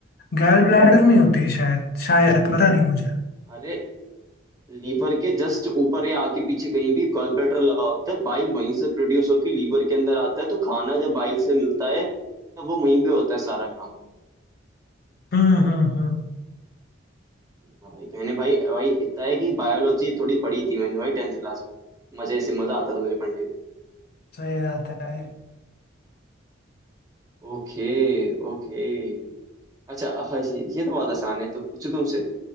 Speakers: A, on the left; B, on the right.
A: गैल ब्लैडर में होती है शायद शायद पता नहीं मुझे
B: अरे लीवर के जस्ट ऊपर या आगे पीछे कहीं भी गॉल ब्लैडर लगा होता है बाइल वहीं से प्रोड्यूस होकर लीवर के अंदर आता है तो खाना जब बाइल से मिलता है तब वो वहीं पे होता है सारा काम
A: हम्म हम्म हम्म
B: हाँ भाई मैंने भाई भाई इतना है कि बायोलॉजी थोड़ी पढ़ी थी मैंने भाई टेंथ क्लास में मजे से मजा आता था मुझे पढ़ने में
A: सही बात है
B: Okay okay अच्छा हाँ ये ये तो बहुत आसान है तो पूछो तुमसे